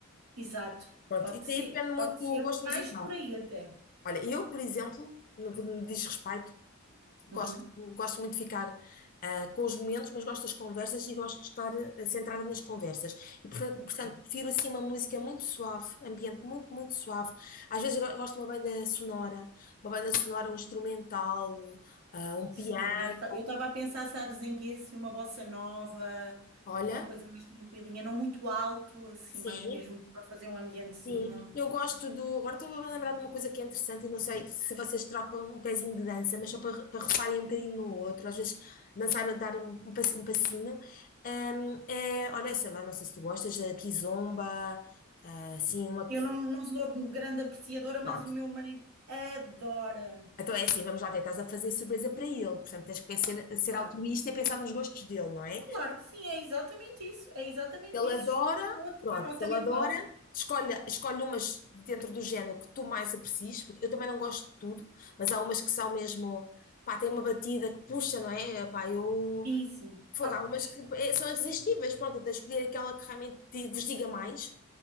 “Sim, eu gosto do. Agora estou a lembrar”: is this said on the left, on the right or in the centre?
Left